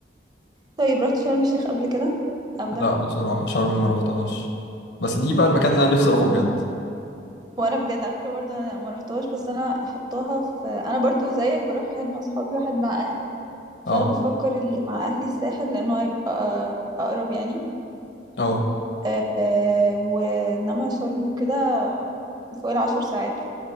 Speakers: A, on the right (about 20°); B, on the left (about 70°).
A: طيب رحت شرم الشيخ قبل كده او
B: لا
A: دهب
B: بصراحة شرم ما رحتهاش بس دي بقى المكان اللي انا نفسي اروحه بجد
A: وانا بجد على فكره برضو انا ما رحتهاش بس انا حطاها في انا برضو زيك بروح واحد مع اصحابي واحد مع اهلي
B: اه
A: فانا بفكر اللي مع اهلي الساحل لانه هيبقى آه، اقرب يعني
B: اه
A: آه، آه، وانما شرم وكده فوق العشر ساعات